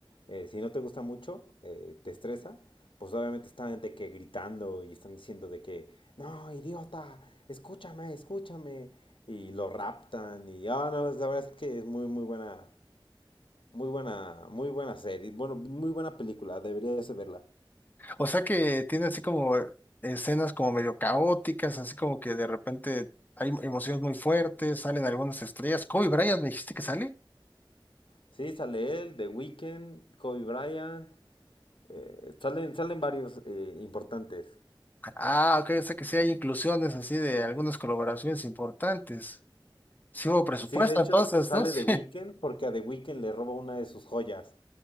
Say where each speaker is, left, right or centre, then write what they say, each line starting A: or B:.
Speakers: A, on the left; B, on the left.
A: eh, si no te gusta mucho, eh, te estresa. Pues obviamente están de que gritando y están diciendo de que, no, idiota, escúchame, escúchame. Y lo raptan y, ah, no, es- la verdad es que es muy, muy buena, muy buena, muy buena serie. Bueno, muy buena película, deberías de verla.
B: O sea que tiene así como escenas como medio caóticas, así como que de repente hay emociones muy fuertes, salen algunas estrellas. Kobe Bryant, ¿me dijiste que sale?
A: Sí, sale él, The Weeknd, Kobe Bryant. Eh, salen, salen varios eh, importantes.
B: Ah, ok, o sea que sí hay inclusiones así de algunas colaboraciones importantes. Sí hubo presupuesto
A: Sí, de hecho,
B: entonces,
A: sale
B: ¿no? <laughs> Sí.
A: The Weeknd porque a The Weeknd le roba una de sus joyas.